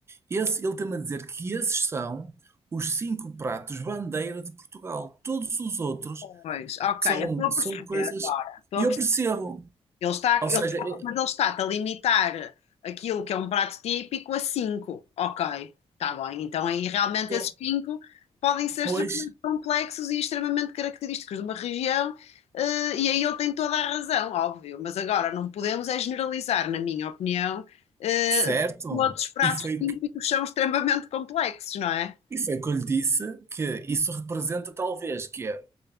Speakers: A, on the right; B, on the left.
A: Esse, ele tem-me a dizer que esses são os cinco pratos bandeira de Portugal. Todos os outros
B: Pois, ok,
A: são,
B: eu estou a
A: são
B: perceber
A: coisas.
B: agora. Estou
A: E
B: a
A: eu percebo.
B: Ele está,
A: Ou seja,
B: ele,
A: eh,
B: mas ele está-te a limitar aquilo que é um prato típico a cinco, Ok, está bem. Então aí realmente
A: então,
B: esses 5 podem ser
A: pois,
B: extremamente complexos e extremamente característicos de uma região, eh, e aí ele tem toda a razão, óbvio. Mas agora não podemos é generalizar, na minha opinião, eh,
A: certo?
B: outros pratos
A: E foi,
B: típicos
A: que-
B: são extremamente complexos, não é?
A: e foi que eu lhe disse que isso representa talvez que é